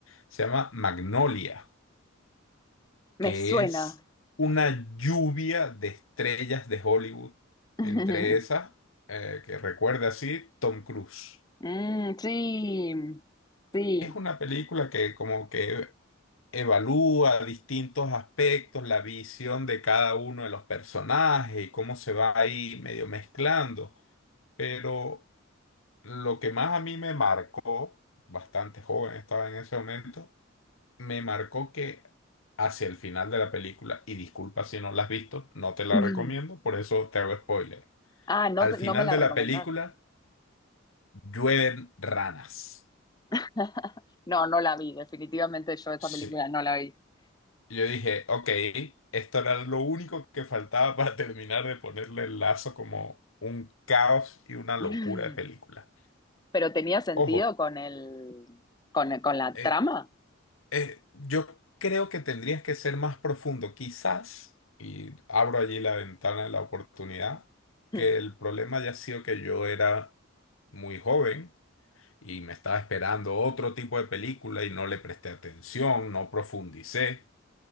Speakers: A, on the left; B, on the left.
A: Se llama Magnolia,
B: me
A: que
B: suena.
A: es una lluvia de estrellas de Hollywood.
B: <laughs>
A: Entre esas, eh, que recuerda así, Tom Cruise.
B: Mm, sí, sí.
A: Es una película que como que evalúa distintos aspectos, la visión de cada uno de los personajes y cómo se va ahí medio mezclando pero Lo que más a mí me marcó, bastante joven estaba en ese momento, me marcó que hacia el final de la película, y disculpa si no la has visto, no te la
B: <laughs> Mm.
A: recomiendo, por eso te hago spoiler.
B: Ah, no,
A: Al
B: te-
A: final
B: no me la
A: de
B: recomendás.
A: la película llueven ranas.
B: <laughs> No, no la vi, definitivamente yo esta
A: Sí.
B: película no la vi. <laughs>
A: Yo dije, ok, esto era lo único que faltaba para terminar de ponerle el lazo como un caos y una locura
B: Mm.
A: de película.
B: Pero tenía sentido
A: Ojo,
B: con el, con, el- con la
A: e-
B: trama.
A: Eh, yo creo que tendrías que ser más profundo, quizás, y abro allí la ventana de la oportunidad, que
B: Mm.
A: el
B: <laughs>
A: problema haya sido que yo era muy joven y me estaba esperando otro tipo de película y no le presté atención, no profundicé.